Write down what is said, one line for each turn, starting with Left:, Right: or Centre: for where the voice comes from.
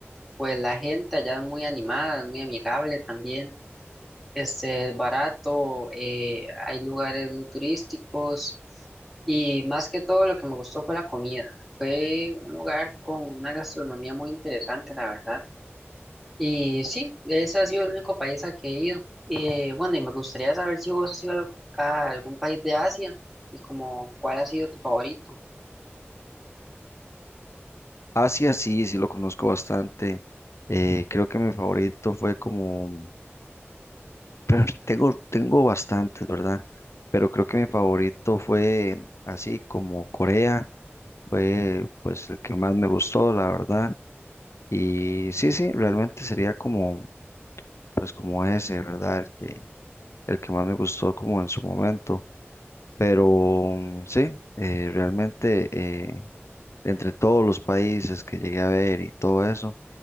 Centre: pues la gente allá es muy animada, es muy amigable también. Este, es barato, eh, hay lugares muy turísticos y más que todo lo que me gustó fue la comida. Fue un lugar con una gastronomía muy interesante, la verdad. Y sí, ese ha sido el único país al que he ido. Eh, bueno, y me gustaría saber si vos has ido a algún país de Asia y como cuál ha sido tu favorito.
Left: Asia sí, sí lo conozco bastante. Eh, creo que mi favorito fue como Pero Tengo, tengo bastantes, ¿verdad? Pero creo que mi favorito fue así como Corea, fue pues el que más me gustó, la verdad. Y sí, sí, realmente sería como, pues como ese, ¿verdad? El que, el que más me gustó como en su momento. Pero mm, sí, eh, realmente eh, entre todos los países que llegué a ver y todo eso